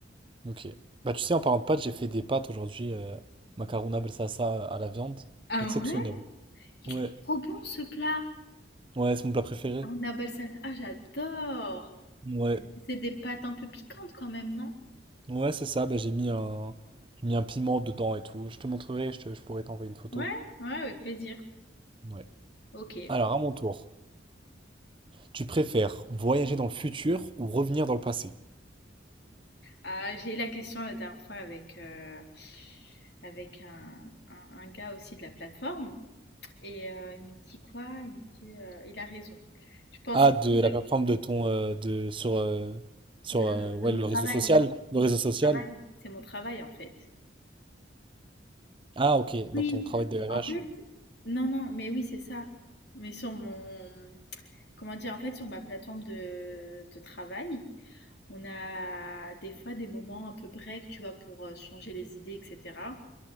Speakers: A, on the right; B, on the left.
A: Ok. Bah tu sais, en parlant de pâtes, j'ai fait des pâtes aujourd'hui, euh, macarona balsassa à la viande.
B: Ah
A: Exceptionnel.
B: ouais? Il
A: Ouais,
B: est trop bon, ce plat.
A: ouais, c'est mon plat préféré.
B: Ah, On appelle ça... Ah, j'adore.
A: Ouais.
B: C'est des pâtes un peu piquantes quand même, non?
A: Ouais, c'est ça, bah, j'ai mis un... j'ai mis un piment dedans et tout. Je te montrerai, je, te- je pourrais t'envoyer une photo.
B: Ouais, ouais, avec plaisir.
A: Ouais.
B: Ok.
A: Alors, à mon tour, tu préfères voyager dans le futur ou revenir dans le passé?
B: Ah, j'ai eu la question la dernière fois avec, euh, avec un, un- un gars aussi de la plateforme. Et euh, il me dit quoi? Il me dit, euh, il a raison. Tu pensais
A: Ah, de
B: de,
A: la plateforme de ton euh, de sur euh, sur
B: de,
A: euh, ouais,
B: de mon
A: le
B: travail.
A: réseau social, le réseau
B: De mon
A: social.
B: travail. C'est mon travail en fait.
A: Ah, OK,
B: Oui,
A: dans ton travail de RH.
B: en fait, non, non, mais oui, c'est ça. Mais sur mon, comment dire, en fait, sur ma plateforme de, de travail, on a des fois des moments un peu break, tu vois, pour euh, changer les idées, etc.